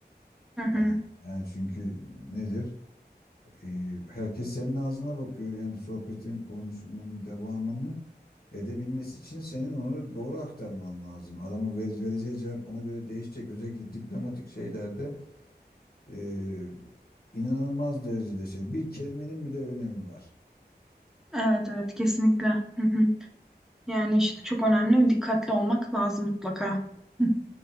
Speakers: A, in the centre; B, on the left.
A: hı
B: Hani
A: hı.
B: yani çünkü nedir? Ee, herkes senin ağzına bakıyor. Yani bir sohbetin, konuşmanın devamını edebilmesi için senin onu doğru aktarman lazım. Adamın ver- vereceği cevap ona göre değişecek. Özellikle diplomatik şeylerde eee, inanılmaz derecede şey. Bir kelimenin bile önemi var.
A: Evet evet kesinlikle. Hı hı. Yani işte çok önemli. Dikkatli olmak lazım mutlaka. Hı.